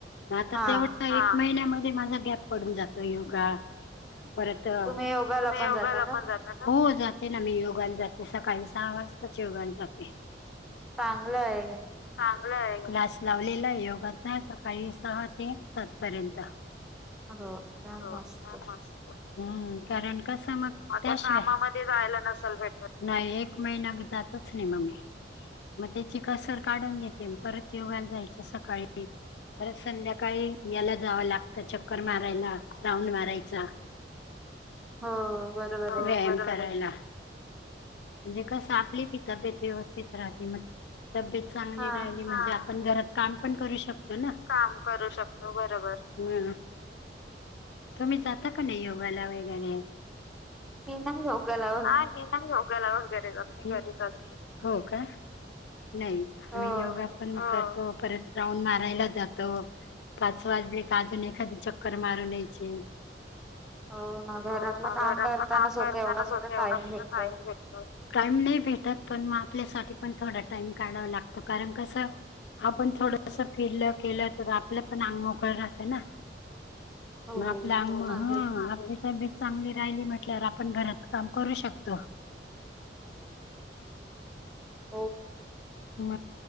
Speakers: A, on the left; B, in the centre.
A: आता
B: हा
A: तेवढा एक महिन्यामध्ये माझा गॅप पडून जातो योगा. परत,
B: तुम्ही योगाला
A: तुम्ही
B: पण
A: योगाला
B: जाता का
A: पण जात ता, हो जाते ना मी योगाला जाते, सकाळी सहा वाजताच योगाला जाते.
B: चांगलय.
A: चांगला आहे, क्लास लावलेला आहे योगाचा सकाळी सहा ते सात पर्यंत.
B: हो. काय
A: होत
B: मस्त
A: नाही पॉसीबल, कारण कसं मग कामामध्ये जायला नसेल भेट नाही, एक महिना जातच नाही मग मी. मग त्याची कसर काढून घेते, परत योगाला जायचं सकाळी परत संध्याकाळी, याला जावं लागतं, चक्कर मारायला, राऊंड मारायचा.
B: हो बरोबर
A: हो
B: आहे.
A: व्यायाम करायला म्हणजे कसं आपली बी तब्येत व्यवस्थित राहते, तब्येत चांगली
B: हा
A: राहिली म्हणजे आपण घरात काम पण करू शकतो ना, काम करू शकतो बरोबर. हम्म, तुम्ही जाता का नाही योगाला वगैरे?
B: त रोगाला
A: हां, मी नाही योगाला वगैरे जात. हो का, नाही,
B: हो
A: आम्ही योगा पण करतो परत राऊंड मारायला जातो, पाच वाजले का अजून एखादी चक्कर मारून यायची.
B: हो ना,
A: हो
B: घरातलं काम करतानाच
A: काम करतानाच
B: होतं एवढं कुठं
A: होतं
B: टाइम
A: एवढा कुठं
B: भेटतोय.
A: टाइम भेटतो. टाईम नाही भेटत, पण मग आपल्यासाठी पण थोडा टाइम काढावा लागतो, कारण कसं आपण थोडस फिरलं, केलं, तर आपलं पण अंग मोकळ राहतं ना.
B: हो
A: म आपल्या अंग म
B: आहे.
A: हं आपली तब्येत चांगली राहिली म्हटल्यावर आपण घरातल काम करू शकतो
B: हो
A: म,